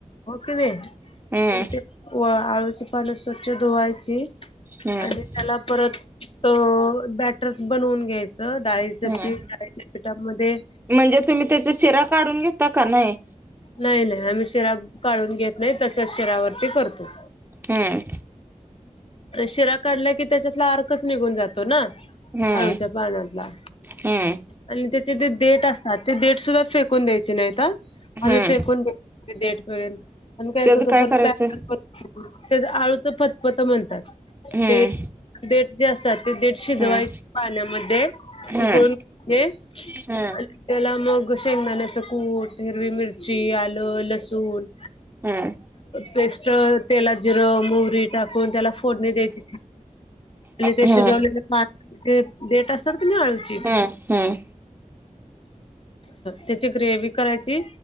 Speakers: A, on the left (about 45°); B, on the right (about 15°).
A: हो का नाही,
B: हम्म
A: पण ते व आळूची पानं स्वच्छ धुवायची
B: हम्म
A: आणि त्याला परत, त बॅटर बनवून घ्यायचं डाळी ज ती
B: हम्म
A: डाळीच्या पिटामध्ये,
B: म्हणजे तुम्ही त्याचा शिरा काढून घेता का नाही?
A: नाही नाही आम्ही शिराब काढून घेत नाही तसच शिरावरती करतो.
B: हम.
A: शिरा काढल्या की त्याच्यातला अर्कच निघून जातो ना.
B: हम्म
A: आळुच्या पानातला.
B: हम्म
A: आणि त्याचे तेे डेट असतात. ते डेट सुद्धा फेकून द्यायचे नाहीत हा. आम्ही
B: हम्म
A: फेकून देत नाही डेट वगैरे आम्ही काय
B: त्याच
A: करतो, परत
B: करायचं
A: बेटर बनव आळूचं फतपत म्हणतात.
B: हम्म
A: ते डेट जे असत. जे असतात ते देठ शिजवायचं
B: हम्म
A: पाण्यामध्ये
B: हम्म
A: उकळून घेत
B: हम्म
A: त्याला मग शेंगदाण्याचं कूट, हिरवी मिरची, आलं लसूण,
B: हम्!
A: पेस्ट तेलात जिरं मोहरी. टाकून त्याला फोडणी द्याची ते
B: हम्म
A: शिजवले पान ते डेट असतात क नाही आळूची.
B: हम्म हम्म
A: त्याची ग्रेवी करायची.